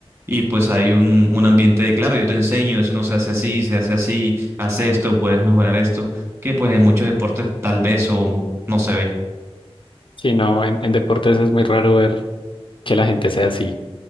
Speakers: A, on the right; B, on the left.
A: y pues hay un, un ambiente de, claro, yo te enseño, eso no se hace así, se hace así, haz esto, puedes mejorar esto, que pues en muchos deportes tal vez o no se ve.
B: Sí, no, en, en deportes es muy raro ver que la gente sea así.